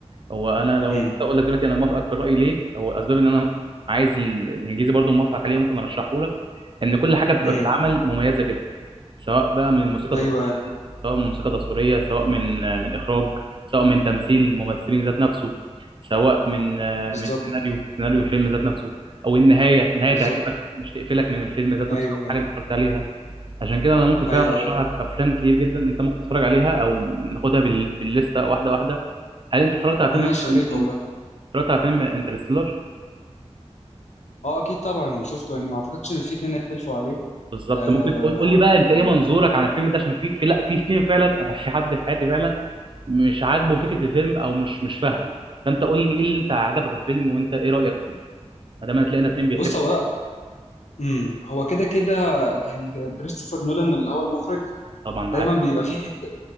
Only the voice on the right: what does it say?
هو انا لو
اقول لك دلوقتي انا موافقك في الراي ليه هو اسباب ان انا عايز ال- الانجليزي برضو موافقك عليه ممكن ارشحه لك ان كل حاجه بتبقى
في العمل مميزه جدا سواء بقى من موسيقى
تصويريه
سواء من موسيقى تصويريه سواء من من اخراج سواء من تمثيل ممثلين ذات نفسه سواء من
من سيناريو سيناريو الفيلم ذات نفسه او النهايه النهايه
تعجبك مش تقفلك من الفيلم ذات
نفسه او
حاجه انت اتفرجت عليها عشان كده انا ممكن فعلا
ارشح
لك افلام كتير جدا انت ممكن تتفرج عليها او ناخدها بال... بالليسته واحده واحده هل انت اتفرجت على فيلم
مثلا
اتفرجت على فيلم انترستيلر
بالظبط
ممكن تقول قول لي بقى انت
ايه منظورك عن الفيلم ده عشان في في لا في اتنين فعلا انا في حد في حياتي فعلا مش عاجبه فكره الفيلم او مش مش فاهمه فانت قول لي ايه اللي انت عجبك في الفيلم وانت ايه رايك فيه ما دام هتلاقينا اتنين بيحبوا
طبعا معاك